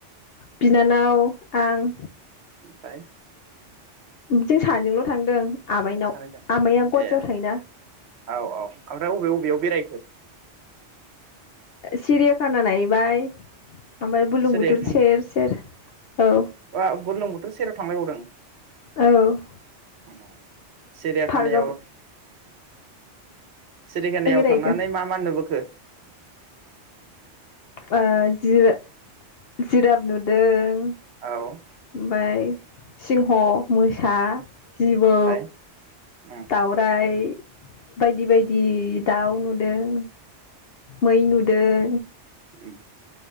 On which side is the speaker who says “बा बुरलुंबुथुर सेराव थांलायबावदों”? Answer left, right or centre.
Right